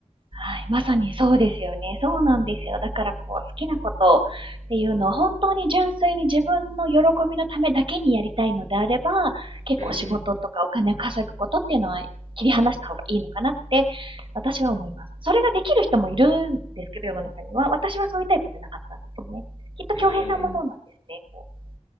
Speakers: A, on the right; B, on the left.
A: はい、まさにそうですよね。そうなんですよ。だからこう、好きなことっていうのを本当に純粋に自分の喜びのためだけにやりたいのであれば、結構仕事とかお金を稼ぐことっていうのは切り離した方がいいのかなって私は思います。
B: うん、
A: それができる人もいるんですけど、世の中には。私はそういうタイプじゃなかったんですよね。きっと京平さんもそうなんですね。
B: うん、
A: こう